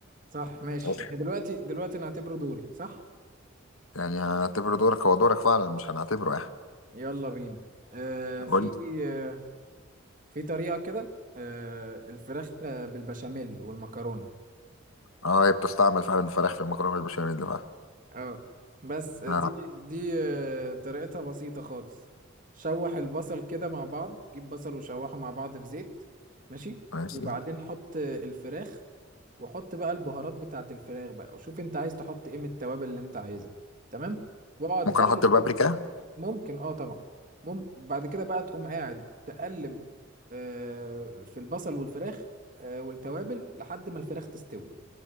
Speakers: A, on the right; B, on the left.
A: صح ماشي
B: أوف.
A: يعني دلوقتي دلوقتي نعتبره دوري صح
B: يعني هنعتبره دورك هو دورك فعلا مش هنعتبره إيه
A: يلا بينا آه في
B: قول لي.
A: آه في طريقة كده آه الفراخ آه، بالبشاميل والمكرونة
B: أه هي بتستعمل فعلا الفراخ في المكرونة بالبشاميل فعلا
A: اه بس آه،
B: أه
A: دي دي آه طريقتها بسيطة خالص شوح البصل كده مع بعض جيب بصل وشوحه مع بعض في زيت ماشي
B: ماشي
A: وبعدين حط آه، الفراخ وحط بقى البهارات بتاعت الفراخ بقى وشوف انت عايز تحط ايه من التوابل اللي انت عايزها تمام واقعد
B: ممكن
A: قلب
B: احط البابريكا
A: ممكن اه طبعا ممكن بعد كده بقى تقوم قاعد تقلب آه، في البصل والفراخ آه، والتوابل لحد ما الفراخ تستوي